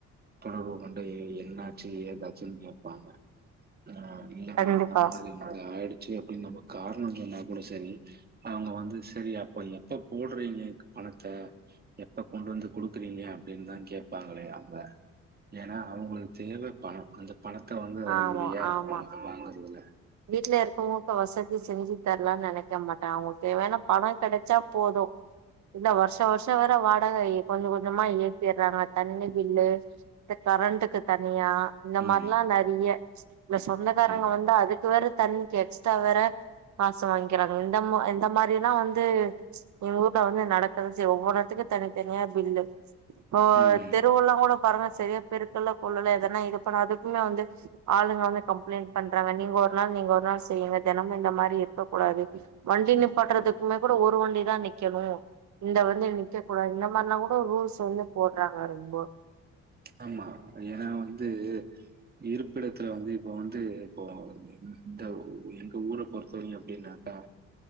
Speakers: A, on the right (about 30°); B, on the right (about 70°).
A: தொடர்பு கொண்டு எண்ணாச்சு எதாச்சுன்னு கேப் பாங்க ஆஹ் இல்லங்க
B: கண்டிப்பா
A: இந்த மாரி இப்டி ஆயிடு ச்சு அப்படின்னு நம்ம காரணோ சொன்னா கூட சேரி அவங்க வந்து செரி அப்ப எப்ப போடுறீங்க பணத்த எப்ப கொண்டு வந்து குடுக்குறீங்க அப்படின் தா கேட்பாங்களே அவங்க ஏனா அவங்களுக்கு தேவ பணோ அந்த பணத்த வந்து அதுல
B: ஆமா
A: குரியா இருப்பாங்க
B: ஆமா
A: வாங்குறதுல
B: வீட்ல இருக்கிறவங்களுக்கு வசதி செஞ்சு தரலான் நெனைக்க மாட்டா அவங்களுக்கு தேவையான பணோ கிடைச்சா போது இந்த வருஷோ வருஷோ வேற வாடக ஏ கொஞ்ச கொஞ்சமா ஏத்திடுறாங்க தண்ணி பில்லு க கரண்ட்டுக்கு தனியா இந்த
A: ம்
B: மாரிலா றிய இந்த சொந்தக்காரங்க
A: ம்
B: வந்தா அதுக் வேற தண்ணிக்கு எக்ஸ்ட்ரா வேற காசு வாங்கிக்கிறாங்க இந்தமா இந்த மாரில்லா வந்து எங்க ஊர்ல வந்து நடக்கதா செய்யு ஒவ்வொ எடத்துக்கு தனித்தனியா பில்லு இப்போ
A: ம்
B: தெருவுல்லா கூட பாருங்க செரிய பெருக்கல்ல கொல்லல எதனா இது பண்ணு அத பண் ஆளுங்க வந்து கம்ப்ளைண்ட் பண்றாங்க நீங்க ஒ நீங்க ஒரு நாள் செய்யுங்க தெனமு இந்த மாரி இருக்க கூடாது வண்டி நிப்பாடுறதுக்குமே கூட ஒரு வண்டிதா நிக்கணு இந்த வண்டி நிக்க கூடாது இந்த மாரிலா கூட ரூல்ஸ் வந்து போடுறாங்க ரொம்ப
A: ஆமா ஏன்னா <unintelligible> இருப்பிடத்துல வந்து இப்போ வந்து இப்போ இந்த இந்த ஊர பொறுத்தவரைக்கு எப்படின்னாக்க